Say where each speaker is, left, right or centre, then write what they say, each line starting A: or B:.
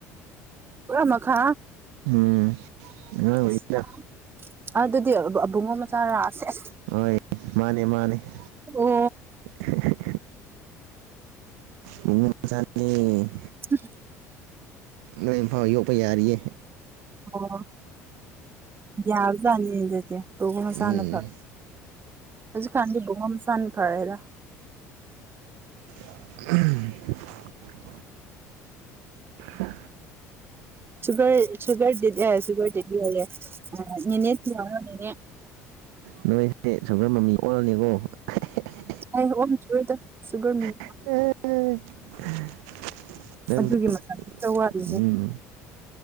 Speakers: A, on the right; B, on the right.
A: ꯄꯨꯔꯥ ꯃꯈꯥ
B: ꯎꯝ ꯑꯉꯥꯡ ꯑꯣꯏꯔꯤꯗ
A: ꯑꯁ ꯑꯗꯨꯗꯤ ꯑ ꯑꯕꯨꯡꯉꯣ ꯃꯆꯥꯔꯥ ꯁꯦꯁ
B: ꯍꯣꯏ ꯃꯥꯅꯦ ꯃꯥꯅꯦ ꯑꯦ
A: ꯑꯣ
B: ꯍꯦ ꯍꯦ ꯕꯨꯡꯉꯣ ꯃꯆꯥꯅꯦ
A: ꯎꯝ
B: ꯅꯣꯏ ꯏꯝꯐꯥꯜ ꯌꯣꯛꯄ ꯌꯥꯔꯤꯌꯦ
A: ꯑꯣ ꯌꯥꯕꯖꯥꯠꯅꯤ ꯑꯗꯨꯗꯤ ꯕꯨꯡꯉꯣ ꯃꯆꯥꯅ
B: ꯎꯝ
A: ꯐ ꯍꯧꯖꯤꯛꯀꯥꯟꯗꯤ ꯕꯨꯡꯉꯣ ꯃꯆꯥꯅ ꯐꯔꯦꯗ
B: <unintelligible> ꯑ
A: ꯁꯨꯒꯔ ꯁꯨꯒꯔ ꯗꯗꯦꯗꯤ ꯁꯨꯒꯔ ꯗꯦꯗꯤꯑꯌꯦ ꯅꯦꯅꯦ ꯊꯤꯍꯧꯔꯣ ꯅꯤꯅꯦ
B: ꯅꯣꯏꯁꯦ ꯁꯨꯒꯔ ꯃꯃꯤ ꯑꯣꯜꯂꯅꯤꯀꯣ <unintelligible>
A: ꯍꯥꯏꯔꯛꯑꯣ <unintelligible> ꯁꯨꯒꯔꯃꯤꯝ
B: <unintelligible> <unintelligible>
A: ꯑꯗꯨꯒꯤ ꯃꯇꯝꯗꯤ ꯈꯔ ꯋꯥꯠꯂꯤꯍꯦ
B: ꯎꯝ